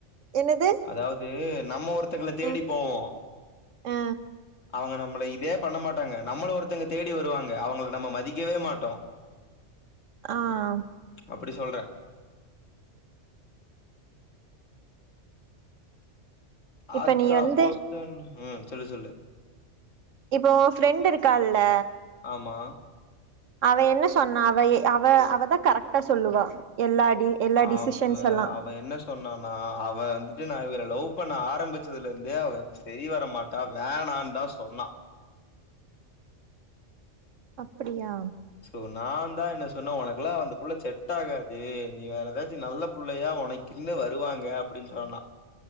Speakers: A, on the right (about 80°); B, on the left (about 85°).
A: என்னது
B: அதாவ்து நம்ம ஒருத்தங்கல தேடி
A: ம்
B: போவோ
A: ஆ
B: அவங்க நம்மள இதே பண்ண மாட்டாங்க நம்மள ஒருத்தங்க தேடி வருவாங்க அவங்கள நம்ம மதிக்கவே மாட்டோ
A: ஆஹ்
B: அப்பிடி சொல்ற
A: இப்ப
B: ஆச்சா
A: நீ வந்து
B: போச்சா ன்னு சொல்லு சொல்லு
A: இப்போ ஃப்ரெண்ட் இருக்கால்ல
B: ஆமா
A: அவ என்ன சொன்ன அவ அவ அவ கரெக்டா சொல்லுவா எல்லா டி எல்லா டிசிஷன்ஸ்
B: அவ்வ
A: எல்லா
B: அவ என்ன சொன்னானா அவ வந்துட்டு நா இவர லவ் பண்ண ஆரம்பிச்சதுல இருந் து அவ சரி வரமாட்டா வேணான் தா சொன்னா
A: அப்படியா
B: சோ நாந் தா என்ன சொன்ன உனக்கெல்லா அந்த புள்ள செட் டாகாது நீ வேற ஏதாச்சி நல்ல புள்ளையா உனக்கின்னு வருவாங்க அப்படின்னு சொன்னா